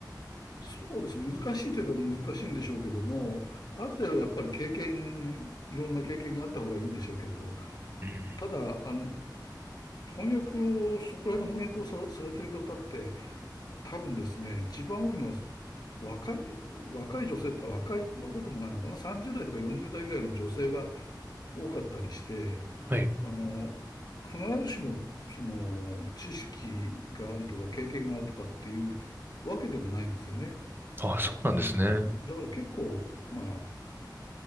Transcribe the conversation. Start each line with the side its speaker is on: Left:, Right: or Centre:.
Left: そうです。難しいといえば難しいんでしょうけども、ある程度やっぱり経験、いろんな経験があった方がいいんでしょうけれど、
Right: うん。
Left: ただ、あの、翻訳を、そこら辺の翻訳をさ、されてる方って、多分ですね、一番多いのは若い、若い女性、あ若い、若くもないのかな、30代とか40代ぐらいの女性が多かったりして、
Right: はい。
Left: あの、必ずしも、その、知識があるとか経験があるとかっていうわけでもないんですよね。
Right: あ、そうなんですね。
Left: うん、だから結構、まあ、